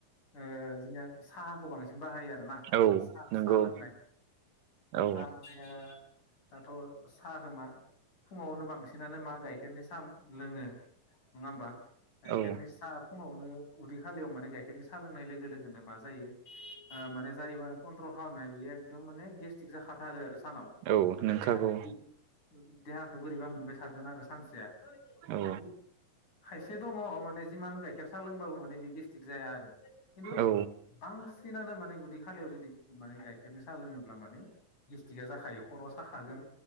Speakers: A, on the left; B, on the right.
A: ओ जोंङो साहाखौ बांसिन बाहायो आरोना।
B: औ
A: साहा
B: नंगौ
A: सा लोंबाय
B: औ
A: साहा माने दाथ' साहा खोमा फुङावनो बांसिन बिसिनानो मा गाइखेरनि साहा लोङो नङा होमबा गाइखेरनि
B: औ
A: साहा फुङावनो उदै खालियाव माने गाइखेरनि साह लोंनाय लोगो लोगोनो मा जायो माने जायबार ट्र खालामनाय बेयो एकदम माने गेस्टि्रिक जाखाथारो आरो सानाव
B: औ
A: माने
B: नोंखागौ
A: देहाखौ बै देहाखौ बोरैबा मोनबाय थागोन आरो सानसेया बेनिफ्राय
B: औ
A: खायसे दङ माने जिमान गाइखेर साह लोंबाबो माने बे गेस्ट्रिक जाया आरो खिन्थु
B: औ
A: बांसिनानो माने उदै खालियाव जुदि माने गाइखेरनि साहा लोङोब्ला माने गेस्ट्रिकआ जाखायो खर' साखागोन